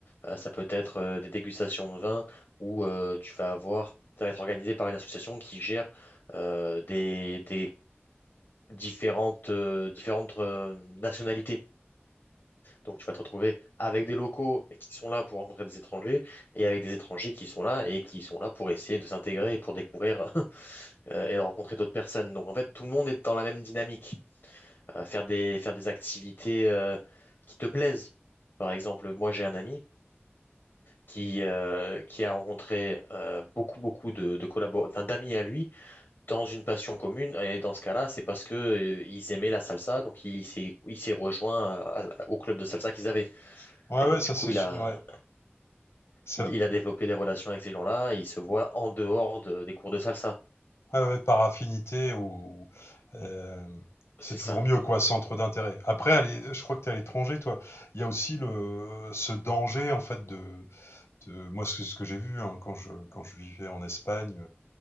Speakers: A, on the left; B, on the left.
A: euh, ça peut être euh, des dégustations de vin où euh, tu vas avoir, ça va être organisé par une association qui gère euh, des, des différentes, euh, différentes euh, nationalités. Donc tu vas te retrouver avec des locaux, mais qui sont là pour rencontrer des étrangers, et avec des étrangers qui sont là et qui sont là pour essayer de s'intégrer et pour découvrir <laughs> euh, et de rencontrer d'autres personnes. Donc en fait, tout le monde est dans la même dynamique. Euh, faire des, faire des activités euh, qui te plaisent. Par exemple, moi j'ai un ami qui, euh, qui a rencontré euh, beaucoup, beaucoup de, de collabora- enfin, d'amis à lui dans une passion commune. Et dans ce cas-là, c'est parce que euh, ils aimaient la salsa, donc il s'est, il s'est rejoint à- à- au club de salsa qu'ils avaient.
B: Ouais,
A: Et
B: ouais,
A: donc,
B: ça
A: du coup,
B: c'est,
A: il
B: su-
A: a,
B: ouais, ça-
A: il, il a développé des relations avec ces gens-là et il se voit en dehors de- des cours de salsa.
B: Ouais, ouais, par affinité ou hem, c'est
A: C'est
B: toujours
A: ça.
B: mieux quoi, centre d'intérêt. Après à l'é je crois que tu es à l'étranger toi. Il y a aussi le ce danger en fait de de moi c'est ce que j'ai vu, hein, quand je quand je vivais en Espagne,